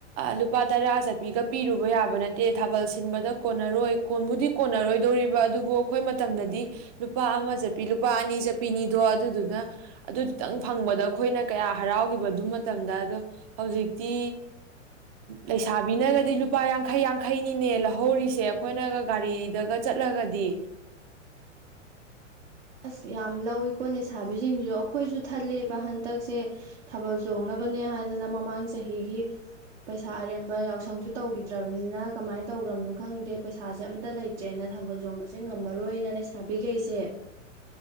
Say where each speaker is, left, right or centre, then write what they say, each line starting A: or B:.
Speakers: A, on the right; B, on the right.
A: ꯂꯨꯄꯥ ꯇꯔꯥ ꯆꯠꯄꯤꯒ ꯄꯤꯔꯨꯕ ꯌꯥꯕ ꯅꯠꯇꯦ ꯊꯥꯕꯜ ꯁꯤꯟꯕꯗ ꯀꯣꯟꯅꯔꯣꯏ ꯀꯣꯟꯕꯨꯗꯤ ꯀꯣꯟꯅꯔꯣꯏꯗꯣꯔꯤꯕ ꯑꯗꯨꯕꯨ ꯑꯩꯈꯣꯏ ꯃꯇꯝꯗꯗꯤ ꯂꯨꯄꯥ ꯑꯃ ꯆꯠꯄꯤ ꯂꯨꯄꯥ ꯑꯅꯤ ꯆꯠꯄꯤꯅꯤꯗꯣ ꯑꯗꯨꯗꯨꯅ ꯑꯗꯨ ꯈꯤꯇꯪ ꯐꯪꯕꯗ ꯑꯩꯈꯣꯏꯅ ꯀꯌꯥ ꯍꯔꯥꯎꯈꯤꯕ ꯑꯗꯨ ꯃꯇꯝꯗ ꯑꯗꯣ ꯍꯧꯖꯤꯛꯇꯤ ꯂꯩꯁꯥꯕꯤꯅꯒꯗꯤ ꯂꯨꯄꯥ ꯌꯥꯡꯈꯩ ꯌꯥꯡꯈꯩꯅꯤꯅꯦ ꯂꯧꯍꯧꯔꯤꯁꯦ ꯑꯩꯈꯣꯏꯅꯒ ꯒꯥꯔꯤꯗꯒ ꯆꯠꯂꯒꯗꯤ
B: ꯑꯁ ꯌꯥꯝ ꯂꯧꯏꯤꯀꯣ ꯂꯩꯁꯥꯕꯤꯁꯤꯡꯁꯨ ꯑꯩꯈꯣꯏꯁꯨ ꯊꯜꯂꯦꯕ ꯍꯟꯇꯛꯁꯦ ꯊꯥꯕꯜ ꯆꯣꯡꯅꯕꯅꯦ ꯍꯥꯏꯗꯅ ꯃꯃꯥꯡ ꯆꯍꯤꯒꯤ ꯄꯩꯁꯥ ꯑꯔꯦꯝꯕ ꯌꯥꯎꯁꯪꯁꯨ ꯇꯧꯈꯤꯗ꯭ꯔꯕꯅꯤꯅ ꯀꯃꯥꯏꯅ ꯇꯧꯈ꯭ꯔꯕꯅꯣ ꯈꯪꯗꯦ ꯄꯩꯁꯥꯁꯦ ꯑꯃꯝꯇ ꯂꯩꯇ꯭ꯔꯦꯅ ꯊꯥꯕꯜ ꯆꯣꯡꯕꯁꯦ ꯉꯝꯃꯔꯣꯏꯅ ꯂꯩꯁꯥꯕꯤꯈꯩꯁꯦ